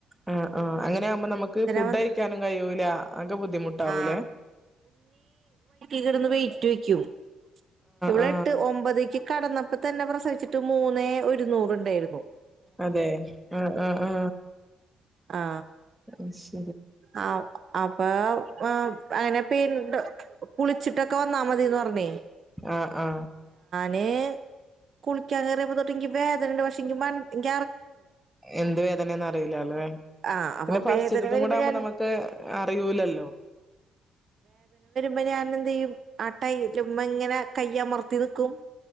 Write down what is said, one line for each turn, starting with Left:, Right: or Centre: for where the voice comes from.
Centre: ആ ആ അങ്ങനെ ആകുമ്പോ നമുക്ക് ഫുഡ്
Right: വന്ന്
Centre: കഴിക്കാനും കഴിയൂല ആകെ ബുദ്ധിമുട്ടാവു
Right: ആ
Centre: ലേ
Right: കിടന്ന്‌ വെയിറ്റു വയ്ക്കും ഇവള്
Centre: ആ
Right: എട്ട് ഒമ്പതേക്ക് കടന്നപ്പോ തന്നെ പ്രസവിച്ചിട്ട് മൂന്നേ ഒരു നൂറ് ഉണ്ടായിരുന്നു
Centre: അതെ ആ ആ ആ
Right: ആ
Centre: <unintelligible>
Right: ആ അപ്പോ അ ങ്ങനെ <unintelligible> കുളിച്ചിട്ടൊക്കെ വന്നാ മതിന്ന് പറഞ്ഞെ
Centre: ആ ആ
Right: ന് കുളിക്കാൻ കേറിയപ്പ തൊട്ട് ഇൻക്ക് വേദനണ്ട് ഷെ ഇൻക്ക് <unintelligible>
Centre: എന്ത് വേദനയാന്ന് അറിയില്ല അല്ലേ
Right: ആഹ് അപ്പൊ
Centre: പിന്നെ ഫസ്റ്റ്ത്തതും
Right: വേദന വരുമ്പോ
Centre: കൂടെ ആവുമ്പോ
Right: ഞാൻ
Centre: നമു ട്ട് അറിയൂലല്ലോ
Right: ഇപ്പ ഞാൻ എന്ത് ചെയ്യും ആ ട്ടൈ ക്മ്മ ഇങ്ങനെ കയ്യമർത്തി നിക്കും